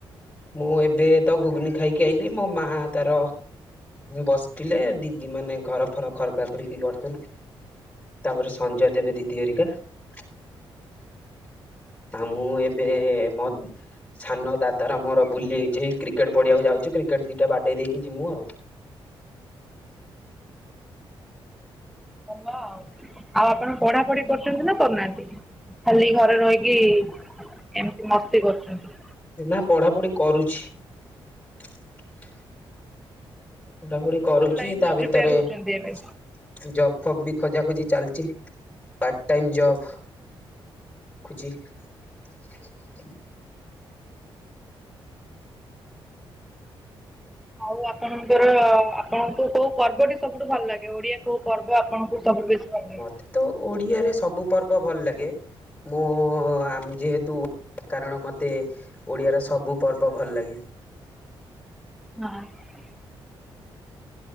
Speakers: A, on the left; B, in the centre.
A: ମୁଁ ଏବେ ତ ଗୁଗୁନୀ ଖାଇକି ଆଇଲିି ମୋ ମା ତାର ବସିଥିଲେ ଦିଦି ମାନେ ଘର ଫର ଖରକା ଖରିକି କରୁଥିଲେ। ତାପରେ ସଞ୍ଜ ଦେବେ ଦିଦି ହେରିକା। <inaudible> ଆଉ ମୁଁ ଏବେ ମୋ ସାନ ଦାଦାର ମୋର ବୁଲି ଯେ କ୍ରିକେଟ ପଢିବାକୁ ଯାଉ କ୍ରିକେଟ ଦିଟା ବାଡେଇ ଦେଇକି ଯିମୁ ଆଉ। <inaudible>
B: ହଁ ଆଉ ଆପଣ ପଢାପଢି କରୁଛନ୍ତି ନା କରୁନାହାନ୍ତି? ଖାଲି ଘରେ ରହିକି ଏମିତି ମସ୍ତି କରୁଛନ୍ତି?
A: ନା ପଢାପଢି କରୁଛି। <inaudible> ପଢାପୁଢି
B: ଆପଣ କୋଉ
A: କରୁଛି
B: ଲାଇନରେ
A: ତା ଭିତରେ
B: ପ୍ରିପେୟାର
A: ଏ
B: ହଉଛନ୍ତି ଏବେ?
A: ଜବ୍ ଫବ୍ ବି ଖୋଜା ଖୋଜି ଚାଲିଛି। ପାର୍ଟ ଟାଇମ୍ ଜବ୍ <inaudible> ଖୋଜି <inaudible>
B: ଆଉ ଆପଣଙ୍କର ଆପଣଙ୍କୁ କୋଉ ପର୍ବଟି ସବୁଠୁ ଭଲ ଲାଗେ ଓଡିଆ କୋଉ ପର୍ବ ଆପଣଙ୍କୁ ସବୁଠୁ ବେଶୀ ଭଲ ଲାଗେ?
A: ମତେ ତ ଓଡିଆରେ ସବୁ ପର୍ବ ଭଲ ଲାଗେ। ମୁଁ ଉଁ ଉଁ ଆମ୍ ଯେହେତୁ କାରଣ ମତେ ଓଡିଆର ସବୁ ପର୍ବ ଭଲ ଲାଗେ। <inaudible>
B: ନାଁ। <inaudible>